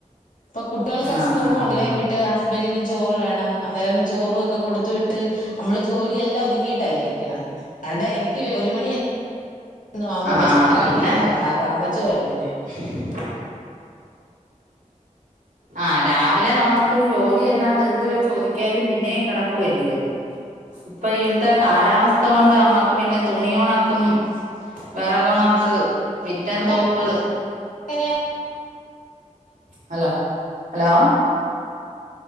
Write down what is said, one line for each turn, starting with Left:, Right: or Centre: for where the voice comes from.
Left: ഇപ്പൊ കുട്ടികൾക്ക്
Right: ആഹ്
Left: സ്കൂൾ
Right: ആഹ്
Left: പോണ വിട്ട് ഇപ്പൊ ഇനി ചോറ് വേണം അന്നേരം ചോറ് വെ ഒക്കെ കൊടുത്ത് വിട്ട് നമ്മള് ജോലിയെല്ലാം ഒതുങ്ങിയിട്ടല്ലേ കഴിക്കണ അണ്ട എനിക്ക് ഒരു മണി ഒന്നും ആവുമ്പോ
Right: ആഹ്
Left: വിശക്കില്ല രണ്ട്
Right: പിന്നെ
Left: മണിക്ക് സാധാരണ ചോറ് കഴിക്കുന്നേ
Right: <inaudible> ആഹ് രാവിലെ നമ്മുക്ക് ജോലിയെല്ലാം ധൃതിവെച്ച് ഒതുക്കിയാലും പിന്നെയും കിടക്കയല്ലിയോ ഇപ്പൊ ഇഴത്തെ കാലാവസ്ഥ കൊണ്ട് നമ്മക്ക് പിന്നെ തുണി ഉണക്കും വിറകുണക്ക് മുറ്റംത്തുപ്പ്
Left: അവിടെ എങ്ങനെയാ
Right: ഹലോ ഹലോ